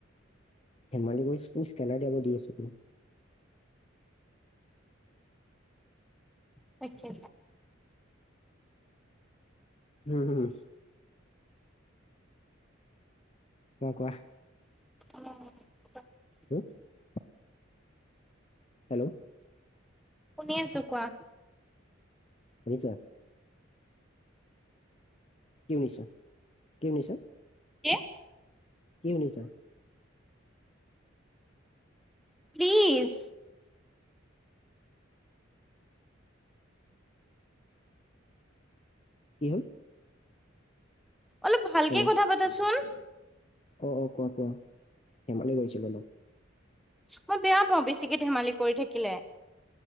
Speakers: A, on the left; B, in the centre.
A: ধেমালি কৰিছোঁ, তুমি স্কেনাৰ দিয়া দি আছোঁ।
B: তাকে
A: হম-হম। অ' কোৱা
B: অ'
A: <inaudible> হেল্ল'
B: শুনি আছোঁ কোৱা
A: আচ্ছা কি শুনিছা-কি শুনিছা?
B: কি?
A: কি শুনিছা?
B: প্লিজ
A: কি হ'ল
B: অলপ ভালকে
A: হেল্ল'
B: কথা
A: অ'-অঁ
B: পাতাচোন
A: কোৱা-কোৱা ধেমালি কৰিছিলোঁ অলপ
B: মই বেয়া পাওঁ বেছিকে ধেমালি কৰি থাকিলে